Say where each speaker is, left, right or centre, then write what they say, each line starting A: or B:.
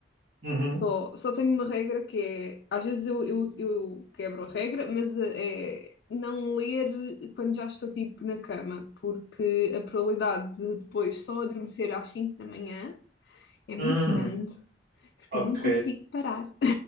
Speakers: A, on the right (about 65°); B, on the left (about 60°).
A: Uhum.
B: Só, só tenho uma regra que é, às vezes eu, eu, eu quebro a regra, mas eh, é não ler quando já estou tipo na cama, porque a probabilidade de depois só adormecer às 5 da manhã é muito
A: Uhum.
B: grande, porque
A: Ok.
B: eu não consigo parar.